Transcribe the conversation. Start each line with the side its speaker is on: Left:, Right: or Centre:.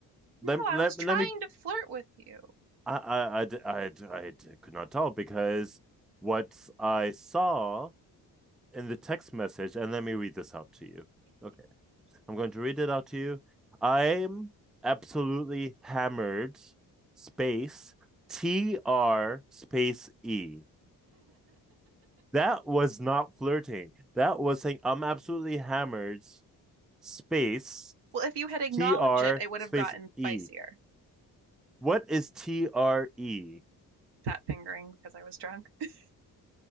Right: No,
Centre: let
Right: I
Centre: let
Right: was trying
Centre: let me.
Right: to flirt with you.
Centre: I I I I I could not tell because what I saw in the text message, and let me read this out to you. Okay, I'm going to read it out to you. I'm absolutely hammered. Space T R space E. That was not flirting. That was saying I'm absolutely hammered. Space
Right: Well, if you had acknowledged
Centre: T R
Right: it, it would
Centre: space
Right: have gotten
Centre: E.
Right: spicier.
Centre: What is T R E?
Right: Fat fingering because I was drunk. <laughs>